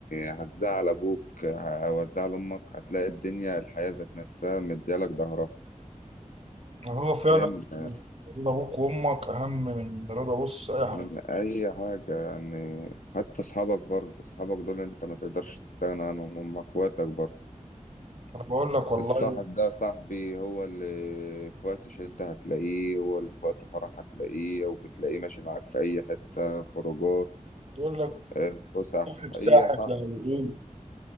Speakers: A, on the left; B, on the right.
A: هتزعل أبوك ه- وهتزعل أمك هتلاقي الدنيا الحياة ذات نفسها مديالك ظهرها
B: هو فعلا
A: فاهم يعني
B: رضا ابوك وامك اهم من رضا بص اي حد
A: من أي حاجة يعني حتى أصحابك برضو أصحابك دول أنت ما تقدرش تستغنى عنهم هم أخواتك برضو
B: انا بقول لك والله
A: الصاحب ده صاحبي هو اللي في وقت شدة هتلاقيه هو اللي في وقت فرح هتلاقيه وبتلاقيه ماشي معاك في أي حتة خروجات
B: بقول لك
A: آه، فسح
B: صاحب ساحب
A: هي صاحبك
B: زي ما بيقول